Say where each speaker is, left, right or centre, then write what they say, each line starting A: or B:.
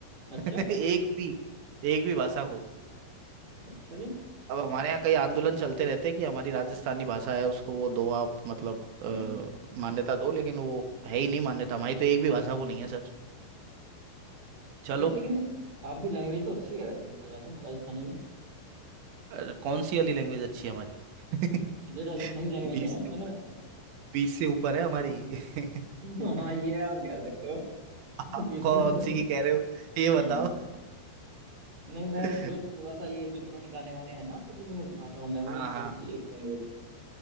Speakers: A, on the right (about 40°); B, on the right (about 75°).
A: अच्छा
B: <laughs> एक भी एक भी भाषा को
A: अच्छा जी
B: अब हमारे यहाँ कई आंदोलन चलते रहते हैं कि हमारी राजस्थानी भाषा है उसको वो दो आप मतलब अ,
A: हम्म
B: मान्यता दो लेकिन वो है ही नहीं मान्यता हमारी तो एक भी भाषा को नहीं है सर चलो
A: यार लेकिन आपकी लैंग्वेज तो अच्छी है वैसे देखा जाए तो राजस्थानी भी
B: अ, कौन सी वाली लैंग्वेज अच्छी है हमारी <laughs>
A: जो राजस्थानी लैंग्वेज
B: बीस
A: है
B: से
A: मैंने
B: ऊपर
A: हम्म
B: बीस से ऊपर है हमारी <laughs>
A: <laughs> हाँ ये आप कह सकते हो <laughs>
B: आप
A: बीस
B: कौन
A: से ऊपर
B: सी की कह रहे हो ये बताओ
A: हम्म नहीं मैं
B: <laughs>
A: जो थोड़ा सा ये जो पुराने गाने वाने हैं ना आपके जिन भाषाओं में वो
B: हाँ हाँ
A: थोड़ी सी एक लैंग्वेज